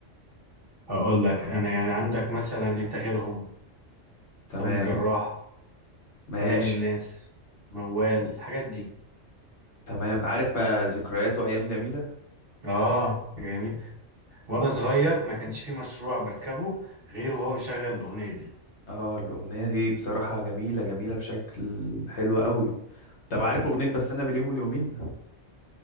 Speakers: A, on the right; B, on the left.
A: هقول لك انا يعني عندك مثلا انت غيرهم
B: تمام
A: طبيب جراح
B: ماشي
A: كلام الناس موال الحاجات دي
B: تمام عارف آه، ذكريات وايام جميله
A: اه جميل وانا صغير ما كانش في مشروع بركبه غير وهو مشغل الاغنيه دي
B: اه الاغنيه دي بصراحه جميله جميله بشكل حلو قوي طب عارف اغنيه بستنى باليوم واليومين